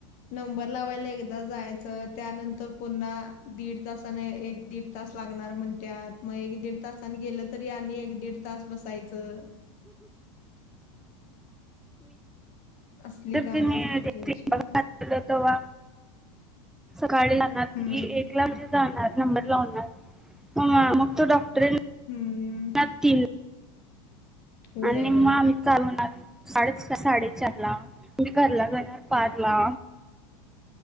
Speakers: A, on the left; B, in the centre.
A: नंबर लावायला एक दा जायाचं त्यानंतर पुन्हा दीड तासाने, एक दीड तास लागणार म्हणत्यात, मग एक दीड तासान गेलतरी आणि एक दीड तास बसायचं.
B: <unintelligible>
A: असली
B: कणी
A: काम असतात त्यांची
B: <unintelligible> तवा काळी लागणार
A: हम्म
B: किती एक ला जे जाणार, नंबर लावणार, <unintelligible> मग तो डॉक ट्रेन
A: हम्म
B: न तिन
A: व्हय
B: आणि
A: व्हय
B: म आम्ही चालवणा <unintelligible> साडेच सा साडेचारला, मी घरला जाणार पारला